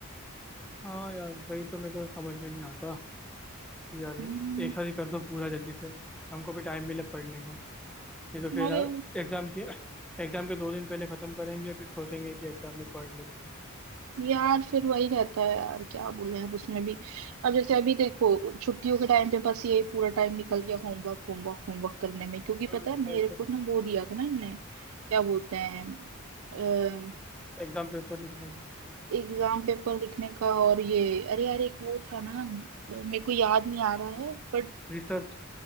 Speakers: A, in the centre; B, on the right.
A: हाँ यार वही तो मेरे को समझ में नहीं आता कि यार
B: हम्म
A: एक साथ ही कर दो पूरा जल्दी से हमको भी टाइम मिले पढ़ने का नहीं तो फिर
B: अरे
A: एग्जाम के एग्जाम के दो दिन पहले खत्म करेंगे फिर सोचेंगे कि एग्जाम में पढ़ ले पूरा
B: यार फिर वही रहता है यार क्या बोले अब उसमें भी अब जैसे अभी देखो छुट्टियों के टाइम पे बस यही पूरा टाइम निकल गया होमवर्क होमवर्क होमवर्क करने में क्योंकि
A: हम्म
B: पता है मेरे
A: वही तो
B: को ना वो दिया था ना इनने क्या बोलते हैं अम,
A: एग्जाम पेपर लिखने में
B: एग्जाम पेपर लिखने का और ये अरे यार एक वो था ना मेरे को याद नहीं आ रहा है बट
A: रिसर्च